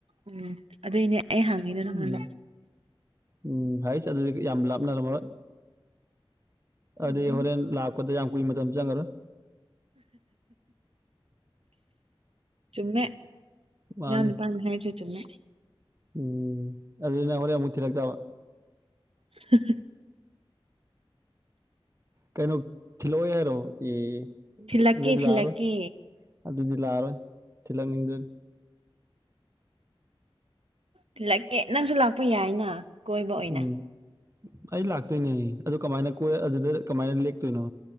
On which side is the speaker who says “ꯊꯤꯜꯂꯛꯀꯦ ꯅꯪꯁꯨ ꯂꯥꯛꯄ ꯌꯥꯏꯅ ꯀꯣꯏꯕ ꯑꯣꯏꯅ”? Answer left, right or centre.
Right